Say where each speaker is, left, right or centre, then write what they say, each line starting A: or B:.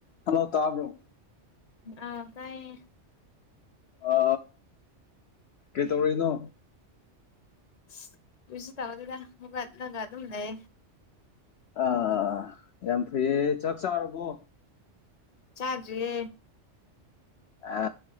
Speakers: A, on the left; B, on the left.
A: Hello ꯇꯥꯕ꯭ꯔꯣ
B: ꯑꯧ ꯇꯥꯏꯌꯦ
A: ꯑ ꯀꯩ ꯇꯧꯔꯤꯅꯣ
B: ꯑꯁ ꯀꯩꯁꯨ ꯇꯧꯗꯦꯗ ꯍꯧꯒꯠꯂꯒ ꯑꯗꯨꯝ ꯂꯩꯌꯦ
A: ꯑꯥ ꯌꯥꯝ ꯐꯩꯌꯦ ꯆꯥꯛ ꯆꯥꯔꯕꯣ
B: ꯆꯥꯗ꯭ꯔꯤ
A: ꯑ